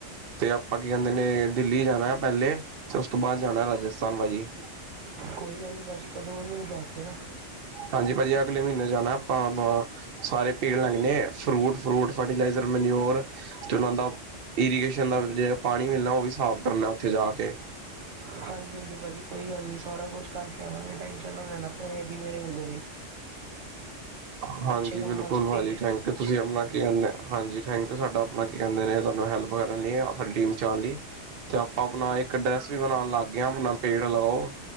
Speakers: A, on the right; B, on the right.
A: ਤੇ ਆਪਾਂ ਕੀ ਕੈਂਦੇ ਨੇ ਦਿੱਲੀ ਜਾਨੈ। ਪੈਲੇ ਤੇ ਉਸ ਤੋਂ ਬਾਦ ਜਾਨਾ ਰਾਜਸਥਾਨ ਭਾਜੀ।
B: ਕੋਈ ਗੱਲ ਨੀ ਭਾਜੀ ਕਦੋਂ ਵੀ ਮੈਨੂੰ ਦੱਸ ਦੇਨਾ।
A: ਹਾਂਜੀ ਭਾਜੀ ਅਗਲੇ ਮੀਨੇ ਜਾਨਾ ਆਪਾਂ ਹਾਂ-ਹਾਂ। ਸਾਰੇ ਪੇੜ ਲੱਗਨੇ ਐ ਫਰੂਟ-ਫਰੂਟ ਫਰਟੀਲਾਈਜ਼ਰ ਮਨਿਓਰ ਤੇ ਓਨਾਂ ਦਾ ਇਰੀਗੇਸ਼ਨ ਦਾ ਜੇੜਾ ਪਾਨੀ ਮਿਲਨਾ ਓ ਵੀ ਸਾਫ਼ ਕਰਨਾ ਓਥੇ ਜਾ ਕੇ।
B: ਹਾਂਜੀ-ਹਾਂਜੀ ਭਾਜੀ ਕੋਈ ਗੱਲ ਨੀ ਸਾਰਾ ਕੁਛ ਕਰਕੇ ਆਵਾਂਗੇ ਟੈਸ਼ਨ ਨਾ ਲੈਨਾ ਪੈਹੇ ਦੀ ਮੇਰੇ ਵੱਲੋਂ ਵੀ।
A: ਹਾਂਜੀ
B: ਅੱਛੇ ਕੰਮਾਂ
A: ਬਿਲਕੁਲ
B: ਆਸਤੇ
A: ਭਾਜੀ
B: ਈ ਐ
A: ਥੈਂਕ ਤੁਸੀਂ ਆਪਨਾ ਕੀ ਹੁੰਦੈ ਹਾਂਜੀ ਥੈਂਕ ਸਾਡਾ ਆਪਨਾ ਕੀ ਕੈਂਦੇ ਨੇ ਤਾਨੂੰ ਹੈਲਪ ਕਰਨ ਲਈ ਸਾਡੀ ਟੀਮ ਚ ਆਣ ਲਈ ਤੇ ਆਪਾਂ ਆਪਨਾ ਇੱਕ ਡਰੈਸ ਵੀ ਬਨਾਨ ਲਾਗੇ ਆਂ ਆਪਨਾ ਪੇੜ ਲਗਾਓ